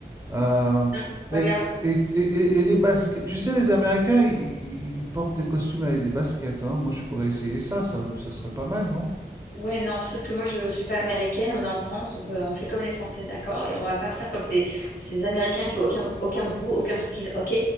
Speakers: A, on the right (about 15°); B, on the left (about 80°).
A: Euh,
B: Tiens, regarde.
A: et et, et, et- et les baskets, tu sais, les Américains, ils, ils- ils portent des costumes avec des baskets, hein. Moi, je pourrais essayer ça, ça, ça serait pas mal, non?
B: Ouais, non, sauf que moi je suis pas américaine, on est en France, donc euh, on fait comme les Français, d'accord? Et on va pas faire comme ces, ces Américains qui ont aucun, aucun goût, aucun style, ok?